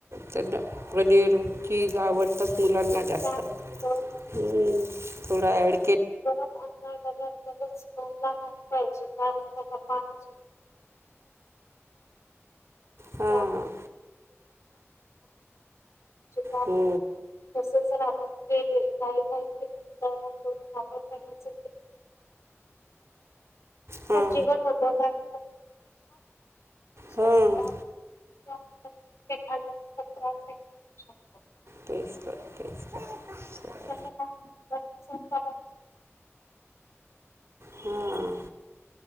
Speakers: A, on the right; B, on the left.
A: त्यांना पनीर, चीज, आवडतच मुलांना
B: त्यानंतर
A: जास्त. हम्. थोडा ऍड
B: ातगचला नाही पाहिजे त्यावेळे पाणी
A: हां
B: <inaudible> <inaudible> <inaudible> कार
A: हो
B: तस जर आपण के का का तयार कर <inaudible> खूपच
A: हां
B: चगपवतात <inaudible>
A: हां
B: असतात त्यानंतर ते खाल्ल्यानंतर त्रास आहे होऊ शकतो
A: तेच तर तेच तर
B: स का <inaudible>
A: हां